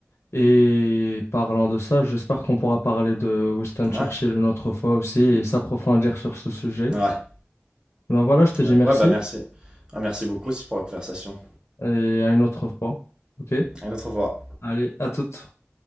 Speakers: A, on the left; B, on the right.
A: Et parlant de ça, j'espère qu'on pourra parler de Winston
B: ouais,
A: Churchill une autre fois aussi et s'approfondir sur ce sujet.
B: ouais.
A: Ben voilà, je te
B: Ouais,
A: dis merci
B: ouais, bah merci. Ouais, merci beaucoup aussi pour la conversation.
A: et à une autre fois. OK?
B: À une autre fois.
A: Allez, à toute.